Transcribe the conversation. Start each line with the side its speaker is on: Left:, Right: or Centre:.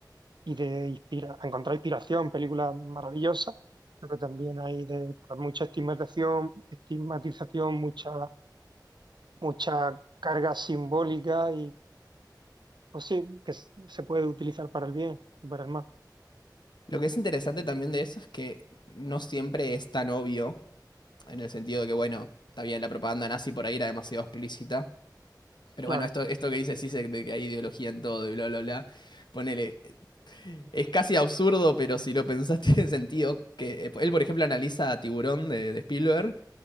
Right: y de inspira- encontrar inspiración, películas maravillosas, pero también hay de, pues, mucha estigmatización, estigmatización, mucha, mucha carga simbólica y pues sí, que s- se puede utilizar para el bien y para el mal,
Left: Lo que es interesante también de eso es que no siempre es tan obvio, en el sentido de que, bueno, está bien, la propaganda nazi por ahí era demasiado explícita, pero
Right: claro,
Left: bueno, esto, esto que dice Sisek de que hay ideología en todo y bla, bla, bla, ponele, es casi absurdo, pero si lo pensás <laughs> tiene sentido, que eh, él, por ejemplo, analiza a Tiburón de, de Spielberg